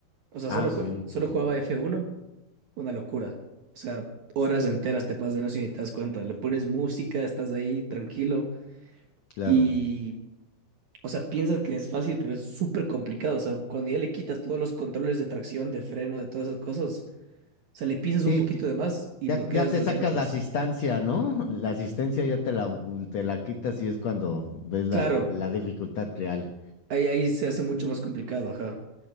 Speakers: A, on the right; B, on the left.
A: O sea,
B: Ah,
A: solo,
B: sí,
A: jue- solo
B: sí, sí.
A: jugaba F1, una locura. O sea, horas enteras te pasas de no y ni te das cuenta. Le pones música, estás ahí tranquilo
B: Claro.
A: y, o sea, piensas que es fácil, pero es súper complicado. O sea, cuando ya le quitas todos los controles de tracción, de freno, de todas esas cosas. O sea, le pisas
B: Sí,
A: un poquito de más y
B: Ya,
A: bloqueas
B: ya te
A: las
B: sacas
A: llantas.
B: la asistencia, ¿no? La asistencia ya te la, te la quitas y es cuando ves la,
A: Claro,
B: la dificultad real.
A: ahí, ahí se hace mucho más complicado, ajá.